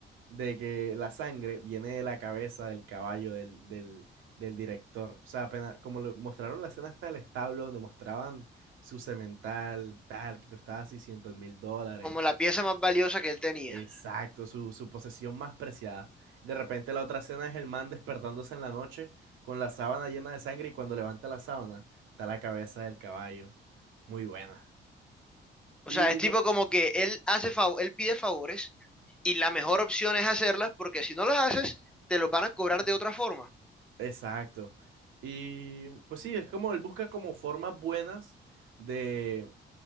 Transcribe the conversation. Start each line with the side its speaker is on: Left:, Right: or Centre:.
Right: de que la sangre viene de la cabeza del caballo del, del, del director. O sea, apenas, como lo, mostraron la escena hasta el establo, donde mostraban su semental, tal, que costaba 600 mil dólares.
Centre: Como la pieza más valiosa que él tenía.
Right: Exacto, su, su posesión más preciada. De repente la otra escena es el man despertándose en la noche con la sábana llena de sangre y cuando levanta la sábana está la cabeza del caballo. Muy buena.
Centre: O
Right: Y,
Centre: sea, es tipo
Right: y no,
Centre: como que él hace fav- él pide favores y la mejor opción es hacerlas porque si no las haces, te los van a cobrar de otra forma.
Right: Exacto. Y pues sí, es como él busca como formas buenas de,